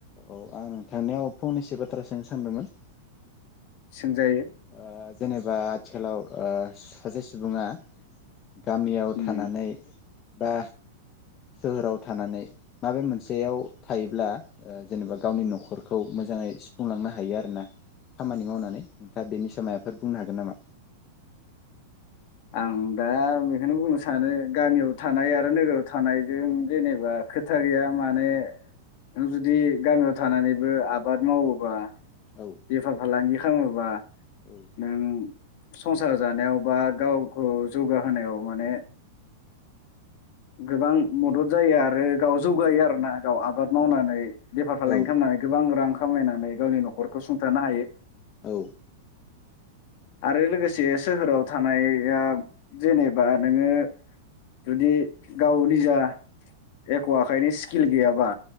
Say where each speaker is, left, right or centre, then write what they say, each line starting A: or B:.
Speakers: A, on the left; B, on the left.
A: औ आं नोंथांनियाव फंनैसो बाथ्रा सोंनो सानदोंमोन?
B: सोंजायो।
A: ओ जेनेबा आथिखालाव ओ सासे सुबुङा गामियाव
B: उम
A: थानानै बा सोहोराव थानानै माबे मोनसेयाव थायोब्ला ओ जेनेबा गावनि न'खरखौ मोजाङै सुफुंलांनो हायो आरोना खामानि मावनानै नोंथा बेनि सायाव मायाब <unintelligible> बुंनो हागोन नामा?
B: आं दा बेखौनो बुंनो सानो गामियाव थानाय आरो नोगोराव थानायजों जेनेबा खोथा गैया माने नों जुदि गामियाव थानानैबो आबाद मावोबा
A: औ
B: बेफार फालांगि खालामोबा
A: औ
B: नों संसार जानायाव बा गावखौ जौगाहोनायाव माने गोबां मदद जायो आरो गाव जौगायो आरोना गाव आबाद मावनानै बेफार फालांगि
A: औ
B: खालामनानै गोबां रां खामायनानै गावनि न'खर खौ सुंथानो हायो
A: औ
B: आरो लोगोसे सोहोराव थानाया जेनेबा नोङो जुदि गाव निजा एख' आखाइनि स्किल गैयाबा